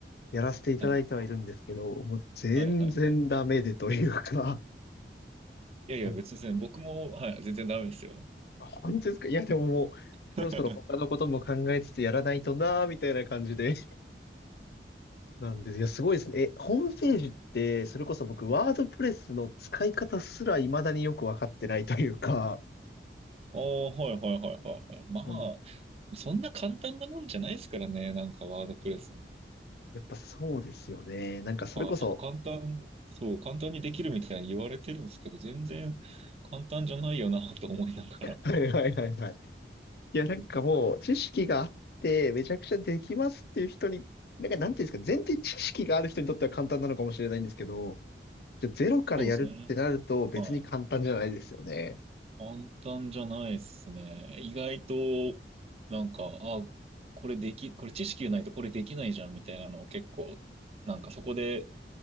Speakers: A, on the left; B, on the right.
A: やらせていただいてはいるんですけど、
B: はい
A: もう全然ダメでというか、
B: はいはいはい。いやいや、
A: <laughs> うん
B: 別に全然僕も、はい、全然ダメですよ。
A: あ本当ですかいや、でももう、
B: <laughs>
A: そろそろ他のことも考えつつやらないとなーみたいな感じで。なんです。いや、すごいですね。え、ホームページって、それこそ僕、ワードプレスの使い方すら未だによくわかってないというか、
B: おーはいはいはいはいはい。まあ、
A: なんです。
B: そんな簡単なもんじゃないですからね、なんかワードプレス。
A: やっぱそうですよね。なんかそれこそ、
B: はい、なんか簡単、そう、簡単にできるみたいに言われてるんですけど、全然簡単じゃないよなと思いながら。
A: <laughs> はいはいはいはい。いや、なんかもう、知識があって、めちゃくちゃできますっていう人に、なんかなんていうんですか、前提知識がある人にとっては簡単なのかもしれないんですけど、じゃあゼロからやるってなると別に簡単じゃないですよね。
B: そうですね。はい。簡単じゃないですね。意外と、なんか、あ、これでき、これ知識がないとこれできないじゃんみたいなのを結構、なんかそこで